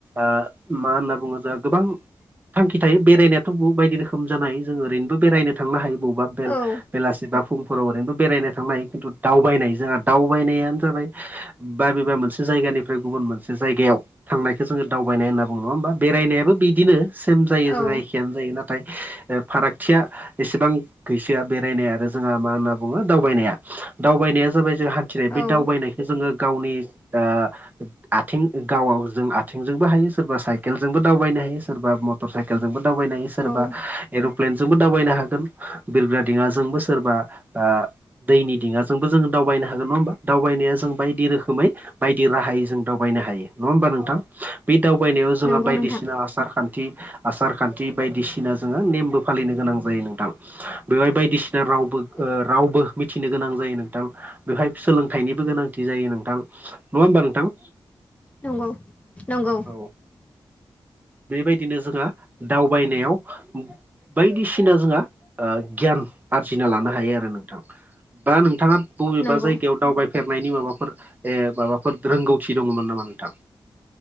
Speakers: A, on the right (about 20°); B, on the left (about 15°).
A: ओ मा होनना बुङो जोंहा गोबां थांखि थायो बेरायनायाथ' बायदि रोखोम जानाय जों ओरैनो बेरायनो थांनो हायो। बबावबा बेल
B: औ
A: बेलासि बा फुंफोराव ओरैनोबो बेरायनो थांनो हायो खिन्थु दावबायनाय जोंहा दाव थगायनायानो जाबाय बाबेबा मोनसे जायगानिफ्राय गुबुन मोनसे जायगायाव थांनायखौ जोङो दावबायनाय होनना बुङो नङा होमबा बेरायनायाबो बिदिनो सेम जायो
B: औ
A: जोङाखि जायो नाथाय ओ फारागथिया एसेबां गैसोआ बेरायनाय आरो जोंहा मा होनना बुङो दावबायनाया दावबायनाया जाबाय जोंहा थिनाय
B: औ
A: बे दावबायनायखौ जोङो गावनि ओ आथिं गावाव जों आथिंजोंबो हायो सोरबा साइकेलजोंबो दावबायनो हायो सोरबा म मटर साइकेलजोंबो दावबायनो हायो
B: औ
A: सोरबा एर'प्लेनजोंबो दावबायनो हागोन। बिरग्रा दिङाजोंबो सोरबा ओ दैनि दिङाजोंबो जोङो दावबायनो हागोन नङा हा दावनाया जों बायदि रोखोमै बायदि राहायै जों दावबायनो हायो नङा होनबा नोंथां? बे दावबायनायाव जोंहा
B: नंगौ
A: बायदिसिना
B: नोंथां
A: आसार खान्थि खान्थि आसार खान्थि बायदिसिना जोङो नेमबो फालिनो गोनां जायो नोंथां। बेवहाय बायदिसिना रावबो ओ
B: औ
A: रावबो मिथिनो गोनां जायो नोंथां बेवहाय सोलोंथाइनिबो गोनांथि जायो नोंथां नङा होमबा नोंथां?
B: नंगौ नंगौ।
A: औ बेबायदिनो जोंहा दावबायनायाव बायदिसिना जोंहा गियान ओ आरजिना लानो हायो आरो नोंथां। बा नोंथाङा बबेबा
B: नंगौ
A: जायगायाव दावबाय फेरनायनि माबाफोर ए माबाफोर रोंगौथि दङमोन नामा नोंथां?